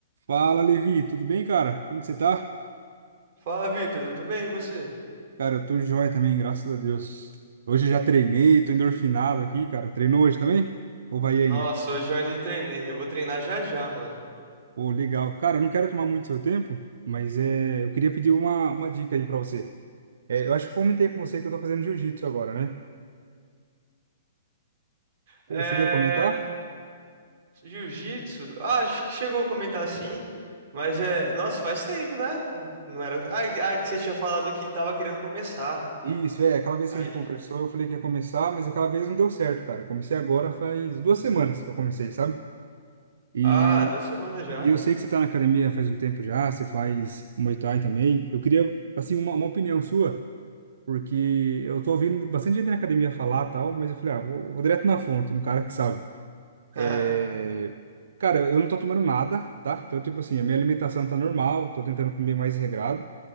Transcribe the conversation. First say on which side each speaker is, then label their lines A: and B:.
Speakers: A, on the right; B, on the right.
A: Fala, Levi, tudo bem, cara? Como que você tá?
B: Fala, Victor, tudo bem? E você?
A: Cara, eu tô joia também, graças a Deus. Hoje eu já treinei, tô endorfinado aqui, cara. Treinou hoje também? Ou vai ainda?
B: Nossa, hoje eu ainda não treinei. Eu vou treinar já já, mano.
A: Pô, legal. Cara, eu não quero tomar muito seu tempo, mas é, eu queria pedir uma, uma dica aí pra você. É, eu acho que comentei com você que eu tô fazendo jiu-jitsu agora, né?
B: É.
A: Eu cheguei a comentar?
B: Jiu-jitsu? Ah, acho que chegou a comentar sim. Mas é. Nossa, faz tempo, né? N- Não era. Ah, que ah, que você tinha falado que tava querendo começar.
A: Isso, é, aquela vez
B: Aí.
A: que a gente conversou, eu falei que ia começar, mas aquela vez não deu certo, cara. Eu Comecei agora faz duas semanas que eu comecei, sabe? E
B: Ah, duas semanas já.
A: E eu sei que você está na academia faz um tempo já, você faz Muay Thai também. Eu queria, assim, uma, uma opinião sua, porque eu tô ouvindo bastante gente na academia falar tal, mas eu falei, ah, vou, vou direto na fonte, no cara que sabe.
B: <laughs>
A: É... Cara, eu não tô tomando nada, tá? Então, tipo assim, a minha alimentação tá normal, tô tentando comer mais regrado.